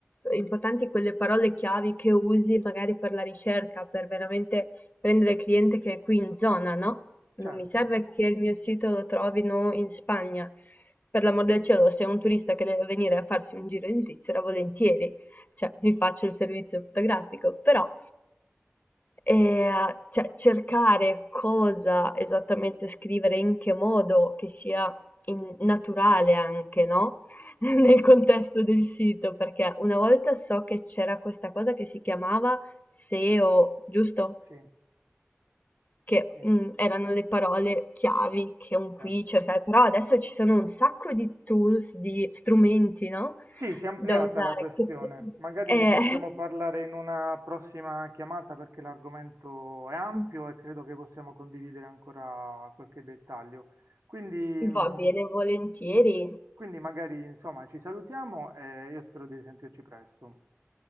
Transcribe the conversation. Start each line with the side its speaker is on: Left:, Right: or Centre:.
Left: importanti quelle parole chiavi che usi magari per la ricerca, per veramente prendere il cliente che è qui in zona, no? Non
Right: certo,
Left: mi serve che il mio sito lo trovino in Spagna. Per l'amor del cielo, se è un turista che deve venire a farsi un giro in Svizzera, volentieri, cioè vi faccio il servizio fotografico, però eh, cioè, cercare cosa esattamente scrivere, in che modo, che sia in- naturale anche, no? <laughs> Nel
Right: certo,
Left: contesto del sito, perché una volta so che c'era questa cosa che si chiamava SEO, giusto?
Right: sì,
Left: che,
Right: sì,
Left: mhmm, erano le parole chiavi che un qui
Right: certo.
Left: cerca però adesso ci sono un sacco di tools, di strumenti, no,
Right: Sì, si è ampliata
Left: da usare
Right: la questione.
Left: che s
Right: Magari
Left: eh,
Right: ne possiamo parlare in una prossima chiamata perché l'argomento è ampio
Left: <laughs>
Right: e credo che possiamo condividere ancora qualche dettaglio. Quindi, mh,
Left: va bene, volentieri.
Right: quindi magari insomma ci salutiamo e io spero di risentirci presto.